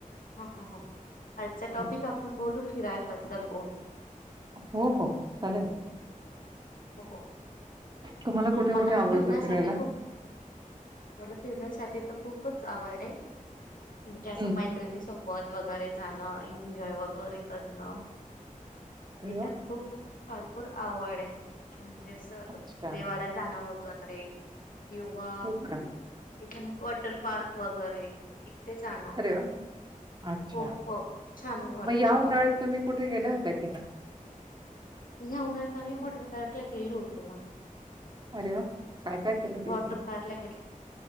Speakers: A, on the left; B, on the right.
A: हं हं हं, आजचा टॉपिक
B: हं.
A: आपण बोलू फिराय बद्दल बोलू.
B: हो हो चालेल ना.
A: हो
B: तुम्हाला कुठे
A: मला
B: कुठे आवडतं
A: फिरण्यासाठी
B: फिरायला?
A: खूप मला फिरण्यासाठी त खूपंच आवड ये म्हणजे असं
B: हं.
A: मैत्रिणी सोबत बत वगैरे जाणं, एन्जॉंय वगैरे करण,
B: अरे
A: हेच्यात
B: वाह!
A: खूप भरपूर आवड ये. म्हणजे अस
B: अच्छा.
A: देवाला जाणं वगैरे किंवा
B: हो का?
A: इ वॉटर पार्क वगैरे इथे जाणं
B: अरे वाह! अच्छा.
A: खूप छान वाटत.
B: मग या उन्हाळ्यात तुम्ही कुठे गेल्या होत्या की नाही?
A: ह्या उन्हात आम्ही वॉटर पार्क ला गेलो होतो ना.
B: अरे वा! काय काय केलं तिथे?
A: वॉटर पार्क ला गेलो.